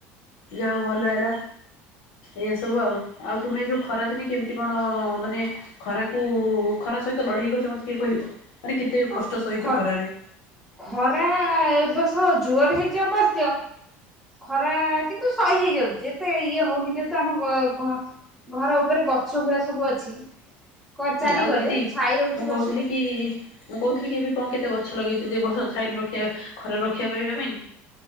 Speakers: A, on the left (about 75°); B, in the centre.
A: ଯାହା ହଉ ଭଲ ହେଲା ଏ ସବୁ ଆଉ, ଆଉ ତୁମେ ଏଇ ଯୋଉ ଖରା ଦିନେ କେମତି କଣ ମାନେ ଖରାକୁ ଖରା ସହିତ ଲଢେଇ କରୁଛ ମତେ ଟିକେ କହିବ? ମାନେ କେତେ
B: ହଁ
A: କଷ୍ଟ ସହିଚ
B: ଖ
A: ଖରାରେ।
B: ଖରା ଏବସ ଜୋରେ ହେଇଛି ଅବଶ୍ୟ ଖରା କିନ୍ତୁ ସହି ହେଇଯାଉଛି ଏତେ ଇଏ ହଉନି, ଯେହେତୁ ଆମ ଗ ଘ ଘର ଉପରେ ଗଛ ଗୁୁରା ସବୁ ଅଛି। ଚାରିକରେ
A: ଆଉ ଦିଦି
B: ଛାଇ ରହୁଛି
A: ମୁଁ କହୁଥିଲି
B: ଗଛକୁ
A: କି ମୁଁ କହୁଥିଲି କି ଏବେ କଁ କେତେ ଗଛ ଲଗେଇଛନ୍ତି ଏ ବର୍ଷ, ଛାଇରୁ ରକ୍ଷା ଖରାରୁ ରକ୍ଷା ପାଇବା ପାଇଁ।